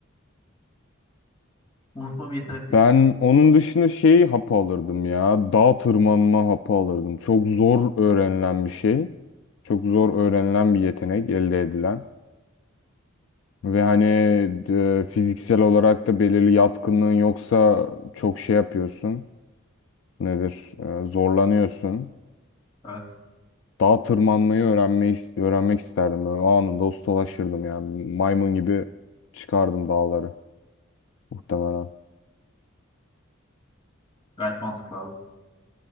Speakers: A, on the left; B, on the left.
A: Unutma bir yetenek değil.
B: Ben onun dışında şey hapı alırdım ya. Dağ tırmanma hapı alırdım. Çok zor öğrenilen bir şey. Çok zor öğrenilen bir yetenek elde edilen. Ve hani e, fiziksel olarak da belirli yatkınlığın yoksa çok şey yapıyorsun. Nedir? E, zorlanıyorsun.
A: Evet.
B: Dağa tırmanmayı öğrenmeyi öğrenmek isterdim. Böyle anında ustalaşırdım yani. Maymun gibi çıkardım dağları muhtemelen.
A: Gayet mantıklı abi.